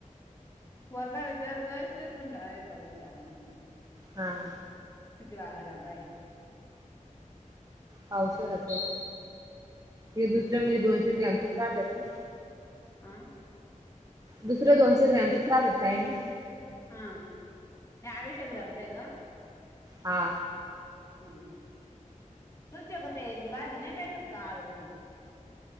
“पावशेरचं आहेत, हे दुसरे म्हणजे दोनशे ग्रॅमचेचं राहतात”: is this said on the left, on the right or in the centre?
Right